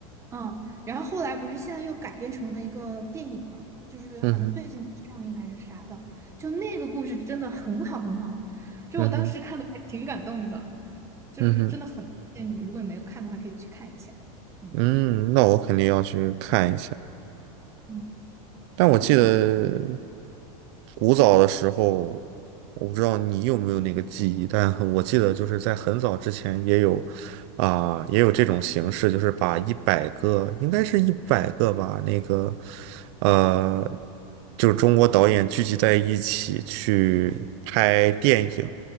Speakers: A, on the right; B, on the right.
A: 嗯，然后后来不是现在又改编成了一个电影嘛，就是好像最近上映还是啥的，
B: 嗯哼，
A: 就那个故事真的很好很好，就我当时看的还挺感动的，
B: 嗯哼，
A: 就是真的很推荐你，
B: 嗯哼，
A: 如果你没有看的话，可以去看一下，嗯
B: 嗯，那我肯定要去看一下。
A: 嗯，
B: 但我记得
A: 做的还挺。
B: 古早的时候，我不知道你有没有那个记忆，但我记得就是在很早之前也有啊、也有这种形式，就是把一百个，应该是一百个吧，那个呃，就是中国导演聚集在一起去拍电影。